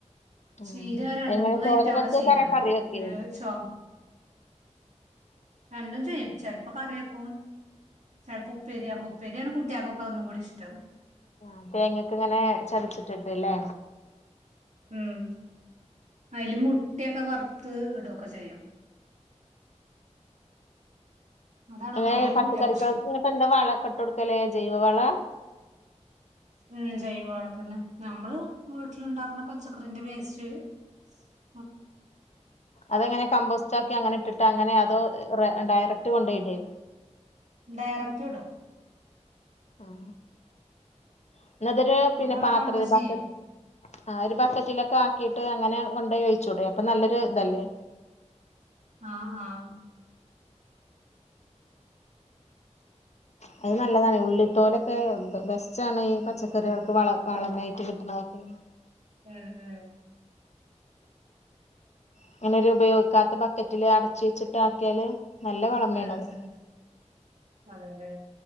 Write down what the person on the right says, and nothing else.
ചീര രണ്ട്
മൂന്നായിറ്റം
അവിടെ
ചീര ഉണ്ട്
ഒരു ചു രണ്ടും ചെയ്യും ചെലപ്പോ കറി വെയ് ക്കും ചിലപ്പോ ഉപ്പേരിയാക്കും ഉപ്പേരിയാണ് കുട്ടികൾക്ക്‌ ഒന്നും കൂടി ഇഷ്ടം
ഉം അതില് മുട്ടയൊക്കെ വറുത്ത് ഇടൊക്കെ ചെയ്യും അതാണ്
ഒന്നും കൂടി
കുട്ടികൾക്ക് ഇഷ്ടം
ഉം ജൈവവളം തന്നെ ഞമ്മള് വീട്ടിലുണ്ടാക്കുന്ന പച്ചക്കറിന്റെ വേസ്റ്റ് <inaudible>
ഡയറക്റ്റ് ഇടും
അതവിടെ
കടന്ന്
ചെയ്യും
ആഹ് ആഹ് <inaudible>
ഉം ഉം
ഉം ഉം അതെയതെ